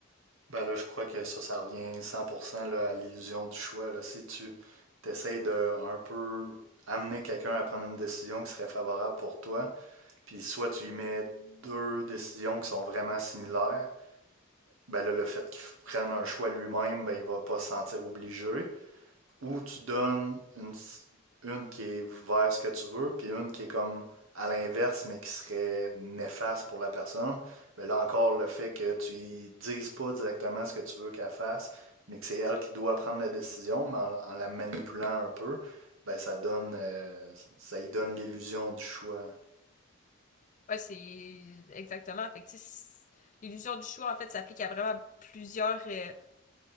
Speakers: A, on the right; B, on the left.
A: Ben là, je crois que ça, ça revient 100% là, à l'illusion du choix. Là. Si tu t'essayes de un peu amener quelqu'un à prendre une décision qui serait favorable pour toi, puis soit tu y mets deux décisions qui sont vraiment similaires, ben là, le fait qu'il prenne un choix lui-même, ben il va pas se sentir obligé. Ou tu donnes une, une qui est vers ce que tu veux, puis une qui est comme à l'inverse, mais qui serait néfaste pour la personne. ben là encore, le fait que tu y dises pas directement ce que tu veux qu'elle fasse, mais que c'est elle qui doit prendre la décision, mais en, en la manipulant un peu, ben ça donne, euh, ça y donne l'illusion du choix.
B: Ouais, c'est exactement. Fait que, tu sais, l'illusion du choix, en fait, s'applique à vraiment plusieurs, euh,